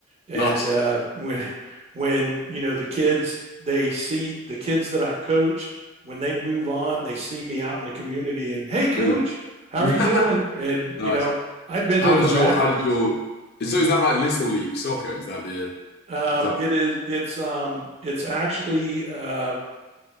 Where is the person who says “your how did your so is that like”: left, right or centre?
Left